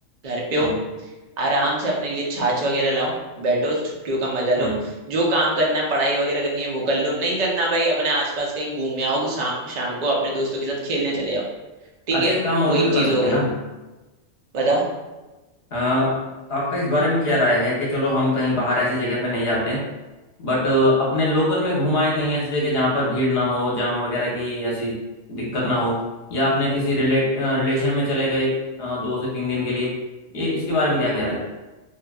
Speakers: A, on the right; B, on the left.
A: घर पे हो
B: हम्म
A: आराम से अपने लिए छाछ वगैरह लाओ बैठो छुट्टियों का मजा लो
B: हम्म
A: जो काम करना है पढ़ाई वगैरह करनी है वो कर लो नहीं करना भाई अपने आसपास कहीं घूम आओ शा, शाम को अपने दोस्तों के साथ खेलने चले जाओ ठीक
B: अच्छा
A: है
B: एक काम और
A: वो एक
B: भी तो
A: चीज
B: कर सकते
A: हो गई
B: हैं ना हम
A: बताओ
B: अ, तो आपका इस बारे में क्या राय है कि चलो हम कहीं बाहर ऐसी जगह पे नहीं जाते बट अपने लोकल में घुमाएं कहीं ऐसी जगह जहाँ पर भीड़ ना हो जाम वगैरह की ऐसी दिक्कत ना हो या आपने किसी रिलेट रिलेशन में चले गए अ, दो से तीन दिन के लिए ये इसके बारे में क्या ख्याल है